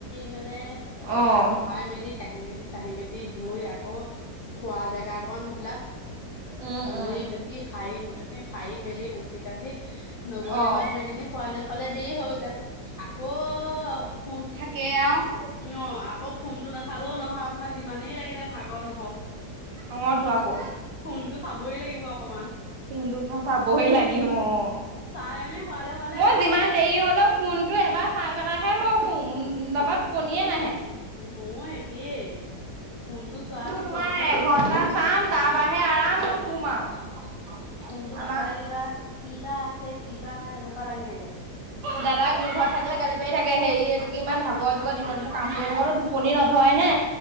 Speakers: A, on the left; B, on the right.
A: মানে এইবিলাক
B: অ',
A: চপাই মেলি কাঁহি বাতি কাঁহি বাতি ধুই আকৌ খোৱা জেগাকন, সেইবিলাক
B: উম,
A: ধুই
B: উম,
A: মেকি সাৰি ম কি সাৰি মেলি মুচি কাচি নবৈ
B: অ'।
A: মই দুইজনী শোৱালে শোৱালে দেৰি হৈ যায়। আকৌ ফোন
B: কে আৰু
A: অ' আকৌ ফোনটো নাচালেও নহয়। আপোনাৰ যিমানেই লাগিলে ভাগৰ নহওক।
B: অ' তো আকৌ।
A: ফোনটো চাবই লাগিব অকমান।
B: ফোনটোফ চাবই লাগিবঅ'।
A: চাই মেলি শুৱালে শুৱালে
B: মই
A: বাৰটা
B: যিমান দেৰি হ'লেও ফোন টো এবাৰ চাই পেলাইহে মই শোওঁ নাইবা টোপনিয়ে নাহে।
A: এ মইয়ো একেই, ফোনটো চোৱাৰ পিছতহে
B: তোমাৰ এঘন্টা চাম তাৰপাহে আৰামত শুম আৰু।
A: ফোনটো
B: আমাৰ
A: নাচালে কিবা, কিবা আছে কিবা নাই তেনেকুৱা লাগে থাকে।
B: দাদা ঘৰত থাকিলে গালি পাৰি থাকে। হেই এইটো কি ইমান ভাগৰ দুগৰ দিনৰ দিনটো কাম কৰি থাকটো টোপনি ন ধৰেনে?